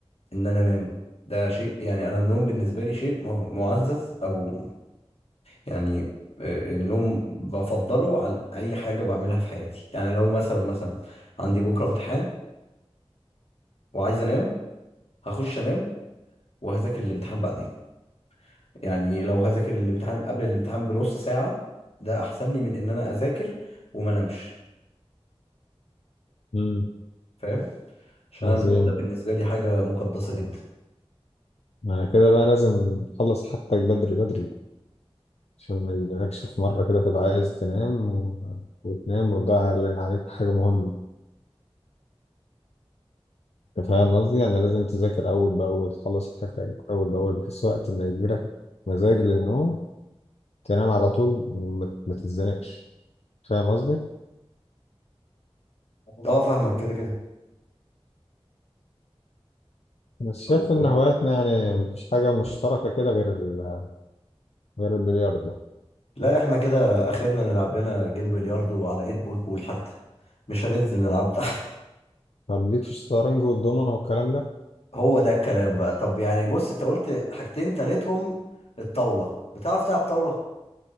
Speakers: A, on the left; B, on the left.
A: ان انا انام ده شيء يعني انا النوم بالنسبه لي شيء م- معزز او يعني آه، النوم بفضله عن اي حاجه بعملها في حياتي يعني لو مثلا مثلا عندي بكره امتحان وعايز انام هخش انام وهذاكر الامتحان بعدين يعني لو هذاكر الامتحان قبل الامتحان بنص ساعه ده احسن لي من ان انا اذاكر وما انامش
B: مم.
A: فاهم عشان
B: عظيم
A: النوم ده بالنسبه لي حاجه مقدسه جدا
B: يعني كده بقى لازم تخلص حاجتك بدري بدري عشان ما يجيلكش في مره كده تبقى عايز تنام و... وتنام وتضيع عليك حاجه مهمه أنت فاهم قصدي يعني لازم تذاكر أول بأول تخلص حاجتك أول بأول بحيث وقت ما يجيلك مزاج للنوم تنام على طول وما- ما تتزنقش فاهم قصدي؟
A: اه فاهمك كده
B: بس شايف
A: كده
B: إن هواياتنا يعني مفيش حاجة مشتركة كده غير ال- غير البلياردو
A: لا احنا كده اخرنا نلعب لنا جيم بلياردو على ايد بول بول حتى مش هننزل نلعب
B: طب
A: تحت
B: طب ليك في الشطرنج والدومنة والكلام ده؟
A: <laughs> هو ده الكلام بقى طب يعني بص انت قلت حاجتين تالتهم الطاولة بتعرف تلعب طاولة